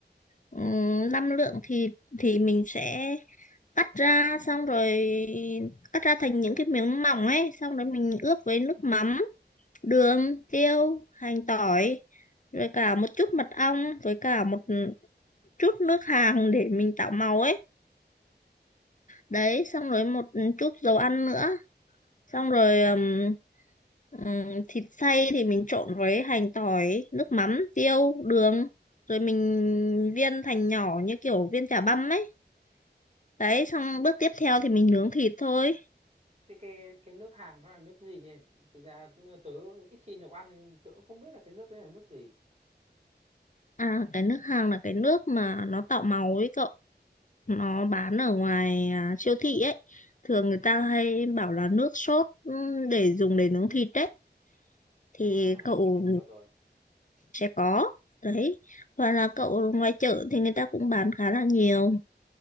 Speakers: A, on the left (about 45°); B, on the right (about 35°).
A: ừ, 5 lượng thịt thì mình sẽ cắt ra xong rồi cắt ra thành những cái miếng mỏng ấy xong rồi mình ướp với nước mắm đường tiêu hành tỏi rồi cả một chút mật ong với cả một chút nước hàng để mình tạo màu ấy đấy xong rồi một chút dầu ăn nữa xong rồi ừm, ừm, thịt xay thì mình trộn với hành tỏi nước mắm tiêu đường rồi mình viên thành nhỏ như kiểu viên chả băm ấy đấy xong bước tiếp theo thì mình nướng thịt thôi
B: Thế cái cái nước Hàn nó là nước gì ấy? Thực ra tớ ít khi nấu ăn nên tớ cũng không biết là cái nước đấy là nước gì.
A: à cái nước hàng là cái nước mà nó tạo màu ấy cậu nó bán ở ngoài à, siêu thị ấy thường người ta hay bảo là nước sốt để dùng để nướng thịt đấy thì
B: À,
A: cậu
B: tớ hiểu rồi.
A: sẽ có đấy hoặc là cậu ngoài chợ thì người ta cũng bán khá là nhiều